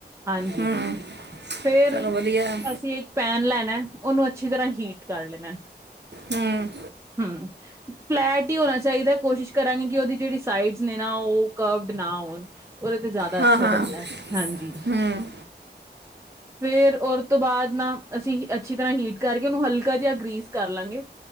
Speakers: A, on the right; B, on the right.
A: ਹਾਂਜੀ।
B: ਹੂੰ
A: ਫਿਰ
B: ਚਲੋ ਵਧੀਆ ਹੈ।
A: ਅਸੀਂ ਇੱਕ ਪੈਨ ਲੈਣਾ ਉਹਨੂੰ ਅੱਛਾ ਅੱਛੀ ਤਰ੍ਹਾਂ ਹੀਟ ਕਰ ਲੈਣਾ,
B: ਹੂੰ
A: ਹਮ ਫਲੈਟ ਹੀ ਹੋਣਾ ਚਾਹੀਦਾ। ਕੋਸ਼ਿਸ਼ ਕਰਾਂਗੇ ਕਿ ਉਹਦੀ ਜਿਹੜੀ ਸਾਈਡਸ ਨੇ, ਨਾ ਉਹ ਕਵਡ ਨਾ ਹੋਣ। ਉਹਦੇ ਤੇ, ਜ਼ਿਆਦਾ
B: ਹਾਂ
A: ਅੱਛਾ
B: ਹਾਂ
A: ਬਣਦਾ। ਹਾਂਜੀ।
B: ਹੂੰ
A: ਫੇਰ ਉਰ ਤੋ ਬਾਅਦ ਨਾ, ਅਸੀਂ ਅੱਛੀ ਤਰ੍ਹਾਂ ਹੀਟ ਕਰਕੇ ਉਹਨੂੰ ਹਲਕੇ ਜਿਹਾ ਗ੍ਰੀਸ ਕਰ ਲਾਂਗੇ,